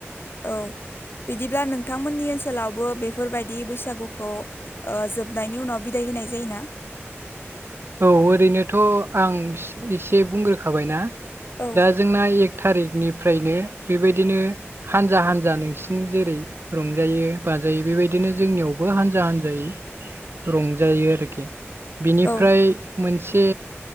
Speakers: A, on the left (about 50°); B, on the right (about 55°).
A: औ बिदिब्ला नोंथांमोननि ओनसोलावबो बेफोरबायदि बैसागुखौ जोबनायनि उनाव बिदाय होनाय जायोना
B: औ ओरैनोथ' आं एसे बुंग्रोखाबायना
A: औ
B: दा जोंना एक थारिकनिफ्रायनो बेबायदिनो हानजा हानजा नोंसिन जेरै रंजायो बाजायो बेबायदिनो जोंनियावबो हान्जा हान्जायै रंजायो आरोखि बिनि
A: औ
B: बेफ्राय मोनसे